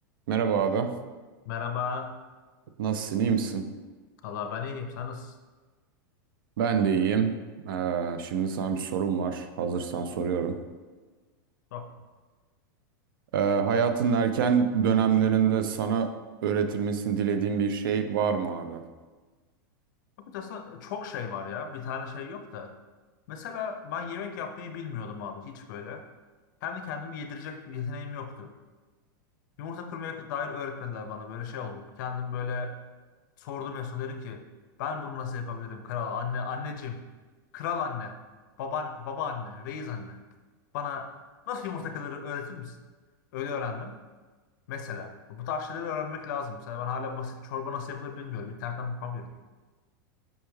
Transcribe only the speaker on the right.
Merhaba abi.
Nasılsın? iyi misin?
Ben de iyiyim. Ee, şimdi sana bir sorum var. Hazırsan soruyorum.
Ee, hayatın erken dönemlerinde sana öğretilmesini dilediğin bir şey var mı abi?